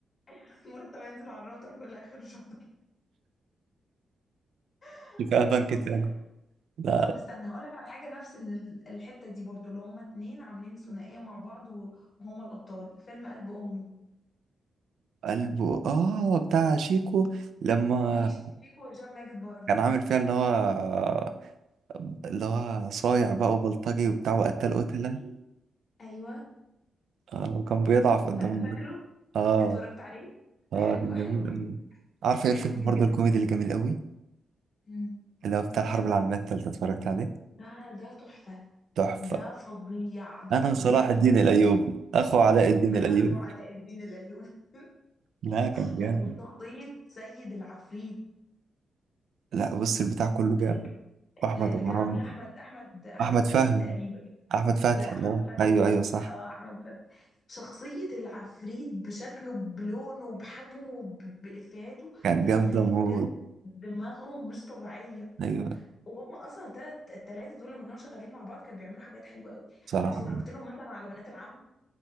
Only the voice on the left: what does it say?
<laughs> المرتب هينزل على الراوتر كل اخر شهر
<laughs>
لا
فظيع
طب استنى هقول لك على حاجه نفس ال- الحته دي برضو اللي هما اتنين عاملين ثنائيه مع بعض و- وهما الابطال فيلم قلب امه
هي ش- شيكو وهشام ماجد برضو
بلطجي
ايوه
فا- فاكره
اتفرجت عليه
حلو
حلو
جدا
حلو
جدا
مم.
ده ده تحفة
ده فظيع ده
فظيع
فظيع
بجد
اخو علاء الدين الايوبي
لا
وشخصيه سيد العفريت
اللي
اللي
كان عاملها احمد احمد احمد
فتحي
تقريبا
لا احمد
فتحي
اه احمد فتحي شخصيه العفريت بشكله بلونه بحجمه ب- بافيهاته
لا
غريب
بجد دماغهم مش طبيعيه
وهم اصلا التلات التلاته دول لما كانوا شغالين مع بعض كانوا بيعملوا حاجات حلوه قوي
اتفرجت لهم مثلا على بنات العم